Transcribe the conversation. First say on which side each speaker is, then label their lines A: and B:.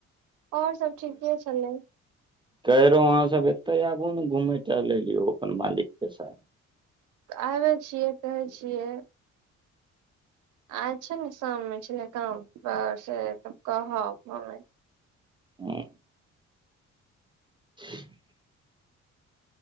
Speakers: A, on the right; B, on the right.
A: और सब ठीके छलै।
B: कहै रहौं अहाँ सब एतै आबू ने घुमै टहलै ले यौ अपन मालिकके साथ।
A: आबै छियै कहै छियै। आइ छैय ने शाममे छलै काम पर से तब कहब हमें।
B: हुं। ह <inaudible>